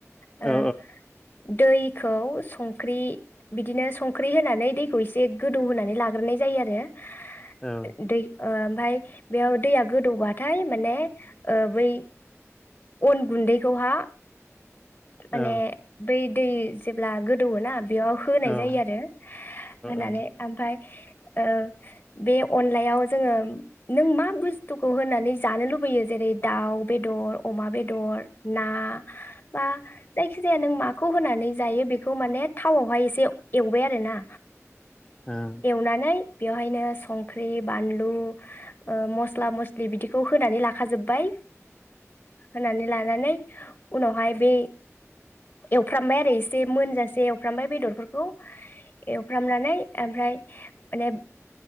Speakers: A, on the left; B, on the left.
A: ओह
B: औ
A: दैखौ संख्रि बिदिनो संख्रि होनानै दैखौ एसे गोदौ होनानै लाग गोरनाय जायो आरो।
B: औ
A: दै ओ ओमफ्राय बेयाव दैया गोदौबाथाय माने बै अन गुन्दैखौहा माने
B: औ
A: बै दै जेब्ला गोदौवोना बेयाव होनाय
B: औ
A: जायो आरो होनानै
B: औ
A: ओमफ्राय ओ बे अनलायाव जोङो नों मा बुस्थुखौ होनानै जानो लुबैयो जेरै दाउ बेदर। अमा बेदर ना बा जायखि जाया नों मा बेखौ होनानै जायो बेखौ माने थावआवहाय एसे एवबाय आरो ना।
B: ओं।
A: जानाय बेवहाय संख्रि बानलु मस्ला मस्लि बिदिखौ फोनानै लाखाजोब्बाय होनानै लानानै उनावहाय बे एवफ्रामबाय आरो एसे मोनजासे एवफ्रामबाय बेदरफोरखौ बेखौ एवफ्रामनानै ओमफ्राय माने